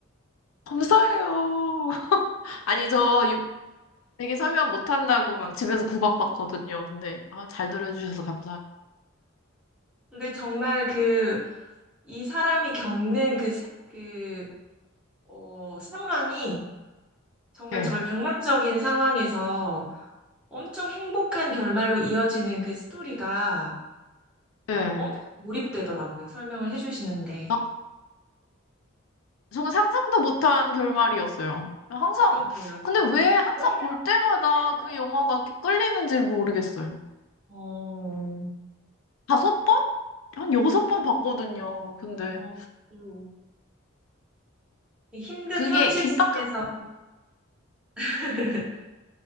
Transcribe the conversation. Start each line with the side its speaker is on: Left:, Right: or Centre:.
Left: 감사해요. <laughs> 아니, 저 요- 되게 설명 못한다고 막 집에서 구박받거든요. 근데, 아, 잘 들어주셔서 감사합니다.
Centre: 근데 정말 그 이 사람이 겪는 그, 세- 그, 어, 상황이 정말
Left: 네,
Centre: 절망적인 상황에서 엄청 행복한 결말로 이어지는 그 스토리가
Left: 네.
Centre: 엄청 몰입되더라고요. 설명을 해 주시는데.
Left: 아, 저는 상상도 못한 결말이었어요. 항상,
Centre: 그러게요.
Left: 근데 왜 항상
Centre: 왜?
Left: 볼 때마다
Centre: 볼 때마다.
Left: 그 영화가 끌리는지 모르겠어요.
Centre: 어,
Left: 다섯 번? 한 여섯 번 봤거든요. 근데
Centre: 어, 음. 이 힘든
Left: 그게
Centre: 현실
Left: 긴박한
Centre: 속에서 <laughs>